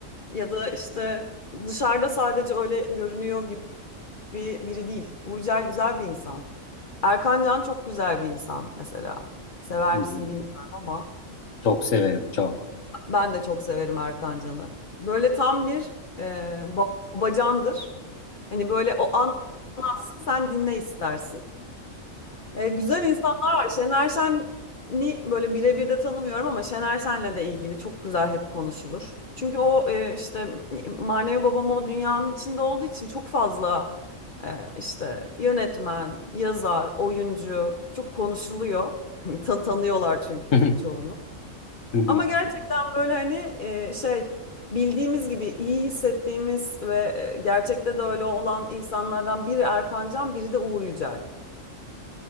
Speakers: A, on the left (about 40°); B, on the left (about 75°).
A: ya da işte dışarıda sadece öyle görünüyor gibi biri değil. Uğur Yücel güzel bir insan. Erkan Can çok güzel bir insan mesela. Sever
B: hı.
A: misin bilmiyorum ama.
B: Çok severim çok.
A: Ben de çok severim Erkan Can'ı. Böyle tam bir e, ba- babacandır. Hani böyle o anlatsın sen dinle istersin. E, güzel insanlar var. Şener Şen'i böyle birebir de tanımıyorum ama Şener Şen'le de ilgili çok güzel hep konuşulur. Çünkü o e, işte manevi babam o dünyanın içinde olduğu için çok fazla e, işte yönetmen, yazar, oyuncu çok konuşuluyor. <laughs> Hani tan- tanıyorlar çünkü
B: Hı
A: çoğunu.
B: hı.
A: Ama gerçekten
B: <laughs>
A: böyle hani e, şey bildiğimiz gibi iyi hissettiğimiz ve e, gerçekte de öyle olan insanlardan biri Erkan Can, biri de Uğur Yücel.